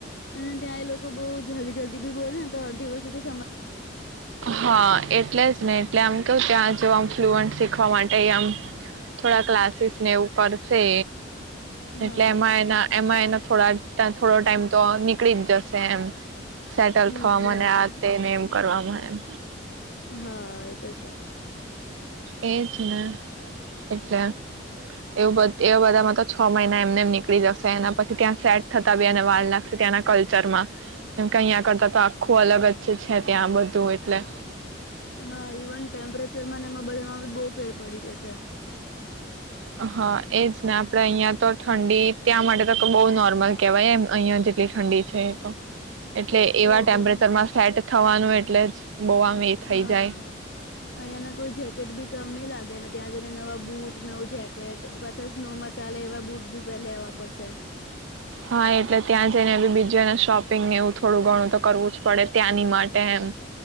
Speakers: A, on the left; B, on the right.
A: અને ત્યાં એ લોકો બહુ જલ્દી જલ્દી બી બોલે ને તો અડધી સવસ્તુ
B: હા એટલે જ ને? એટલે આમ કહ ત્યાં જો આમ ફ્લુઅન્ટ શીખવા માટે આમ થોડા ક્લાસીસ ને એવું કરશે?
A: હા
B: એટલે એમાં એના એમાં એના થોડો થોડો ટાઈમ તો નીકળી જ જશે એમ? સેટલ
A: હમ્મ
B: થવા મને
A: બરાબર.
B: આ. એમ કરવાવામાં એમ?
A: હા એ તો છે?
B: એજ ને એટલે એવું એ બધામાં તો છ મહિના એમને નીકળી જશે એના પછી ત્યાં સેટ થતા બી અને વાર લાગશે? ત્યાંના કલ્ચર માં કેમ કે અહીં કરતા તો આખું અલગ જ છે ત્યાં બધું એટલે?
A: હા ઇવન ટેમ્પરેચર ને એમાં બધામાં બી બહુ ફેર પડી જશે.
B: હા એજ ને આપણેે અહિયાં તો ઠંડી ત્યાં માટે તો બઉ નોર્મલ કેવાય એમ અહિયાં જેટલી ઠંડી છે એ તો. એટલે એવા
A: એજ
B: ટેમ્પરેચર
A: ને
B: માં સેટ થવાનું એટલે જ. બહુ આમ એ થઈ
A: હા,
B: જાય
A: અહીયાંયાના કોઈ જેકેટ બી કમ નહી લાગે. ત્યાં જઈને નવા બુટ નવું જેકેટ પાછા સ્નોમાં ચાલે એવા બૂટ બી પે લેવા પડશે.
B: હા એટલે ત્યાં જઈને એ બીજું શોપિંગ એવું થોડું ઘણું તો કરવું જ પડે ત્યાંની માટે એમ.